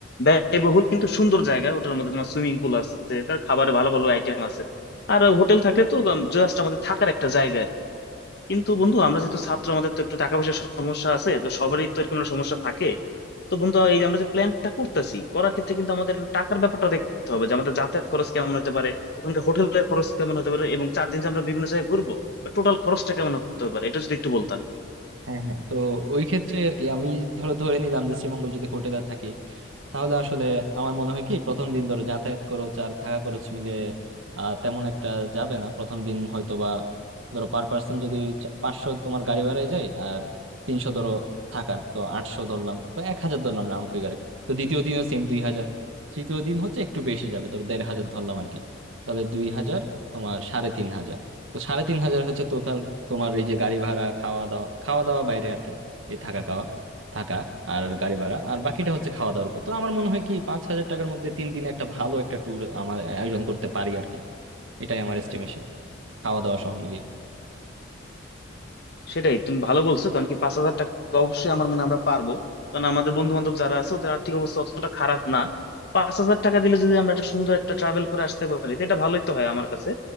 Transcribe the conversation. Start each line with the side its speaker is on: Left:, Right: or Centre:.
Left: ব্যয়বহুল কিন্তু সুন্দর জায়গা ওটার মধ্যে তোমার সুইমিং পুল আছে তার খাবারে ভালো ভালো আইটেম আছে আর হোটেল থাকলে তো জাস্ট আমাদের থাকার একটা জায়গা আর কি। কিন্তু বন্ধু আমরা যেহেতু ছাত্র আমাদের তো একটু টাকা পয়সার সমস্যা আছে তো সবারই তো এরকম একটা সমস্যা থাকে তো বন্ধু এই যে আমরা যে প্ল্যানটা করতেছি করার ক্ষেত্রে কিন্তু আমাদের একটু টাকার ব্যাপারটা দেখতে হবে যে আমাদের যাতায়াত খরচ কেমন হতে পারে ওখানকার হোটেলের খরচ কেমন হতে পারে এবং চার দিন যে আমরা বিভিন্ন জায়গায় ঘুরবো টোটাল খরচটা কেমন হতে পারে এটা যদি একটু বলতা
Right: হ্যাঁ হ্যাঁ তো ওই ক্ষেত্রে আর কি আমি ধরো ধরে নিলাম যে শ্রীমঙ্গল যদি হোটেলে থাকি তাহলে আসলে আমার মনে হয় কি প্রথম দিন ধরো যাতায়াত খরচ আর থাকা খরচ মিলে আহ, তেমন একটা যাবে না প্রথম দিন হয়তো বা ধরো পার পার্সন যদি চা- পাঁচশো তোমার গাড়ি ভাড়ায় যায় আর তিনশো ধরো থাকার তো আটশো ধরলাম বা এক হাজার ধরলাম রাউন্ড ফিগারে তো দ্বিতীয় দিনও সেম দুই হাজার তৃতীয় দিন হচ্ছে একটু বেশি যাবে ধরো দেড় হাজার ধরলাম আর কি তাহলে দুই হাজার তোমার সাড়ে তিন হাজার তো সাড়ে তিন হাজার হচ্ছে তোমার তোমার এই যে গাড়ি ভাড়া খাওয়া দাওয়া খাওয়া দাওয়া বাইরে আর কি এই থাকা খাওয়া থাকা আর গাড়ি ভাড়া আর বাকিটা হচ্ছে খাওয়া দাওয়ার উপর তো আমার মনে হয় কি পাঁচ হাজার টাকার মধ্যে তিন দিনে একটা ভালো একটা ট্যুর আমার আয়োজন করতে পারি আর কি এটাই আমার এস্টিমেশন খাওয়া দাওয়া সহ মিলিয়ে
Left: সেটাই তুমি ভালো বলছো কারণ কি পাঁচ হাজার টাকা অবশ্যই আমার মনে হয় আমরা পারবো কারণ আমাদের বন্ধু বান্ধব যারা আছে ওদের আর্থিক অবস্থা অতটা খারাপ না পাঁচ হাজার টাকা দিলে যদি আমরা একটা সুন্দর একটা ট্রাভেল করে আসতে পারি তো এটা ভালোই তো হয় আমার কাছে